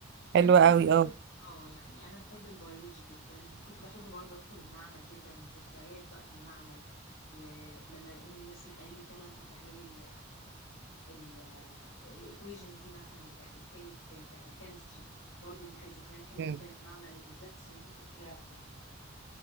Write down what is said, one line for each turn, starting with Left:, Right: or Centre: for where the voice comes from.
Left: فانا
Right: حلوة
Left: كنت
Right: قوي
Left: بحب
Right: اه
Left: اه يعني انا بحب البيولوجي جدا كنت بحب برضه ادخل المعمل جدا ذكريات بقى في المعمل ولما يقوم مصر قايل لك يلا انت هتعملي ال ال الايكويجن دي مثلا بتاعت الكيمي بتاعت الكيمستري برضه دي كانت ذكريات حلوه
Right: مم.
Left: جدا المعمل بالذات الساينتفك لاب يعني